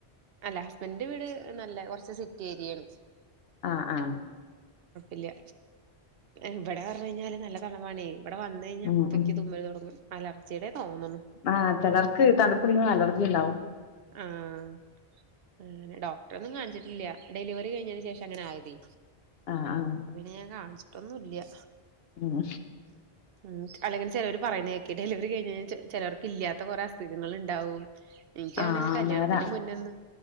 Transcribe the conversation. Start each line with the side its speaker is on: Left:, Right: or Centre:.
Right: അല്ല ഹസ്ബൻഡിന്റെ വീ ട് നല്ല കൊറച്ച് സിറ്റി ഏരിയാണ്
Left: ആ ആ
Right: ഇല്ല്യ ഇബടെറഞ്ഞ്ഴിഞ്ഞാല് നല്ല തണവാണേ ഇവടെ വന്നഴിഞ്ഞാ
Left: ഉം
Right: അപ്പയ്ക്കി
Left: ഉം
Right: തുമ്മല്തൊടങ്ങും അലർജിടെ തോന്നണ്
Left: ആഹ ചെലർക്ക് തണുപ്പടിക്കുമ്പോ അലർജിയിണ്ടാവും
Right: ആഹ് അങ്ങനെ ഡോക്ടറൊന്നും കാണിച്ചിട്ടില്ല ഡെലിവറി കഴിഞ്ഞന് ശേഷം അങ്ങനെ ആയതെ
Left: ആഹ് ആഹ്
Right: പിന്നെ ഞാൻ കാണിച്ചിട്ടൊന്നുല്യാ
Left: ഉം
Right: ഉം അല്ലങ്ങനെ ചെലോര് പറയ്ണേക്കെ ഡെലിവറി കഴിഞഴിഞ്ഞാ ചെലോ ചേലോർക്കില്യാത്ത കൊറേ അസുഖങ്ങള്ണ്ടാവും ഇക്യാണങ്കി
Left: ആഹ്
Right: കല്യാണത്തിന്റെ
Left: നേരാ
Right: മുന്നൊന്നും